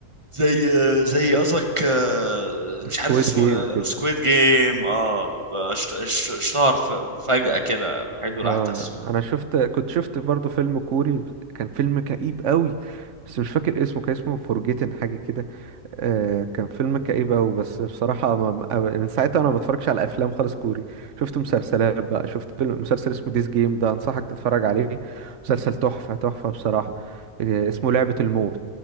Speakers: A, on the right (about 25°); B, on the right (about 65°).
A: زي زي قصدك آه، مش
B: سكويد
A: عارف اسمه
B: جيم كده
A: سكويد جيم اه اشت- اشت- اشتهر ف- فجأة كده من حيث لا
B: اه
A: يحتسب
B: انا شفت كنت شفت برضو فيلم كوري كان فيلم كئيب قوي بس مش فاكر اسمه كان اسمه فورجيتن حاجه كده آه كان فيلم كئيب قوي بس بصراحه ما ما- من ساعتها انا ما بتفرجش على افلام خالص كوري شفت مسلسلات بقى شفت فيلم مسلسل اسمه ديس جيم ده انصحك تتفرج عليه مسلسل تحفه تحفه بصراحه آه اسمه لعبه الموت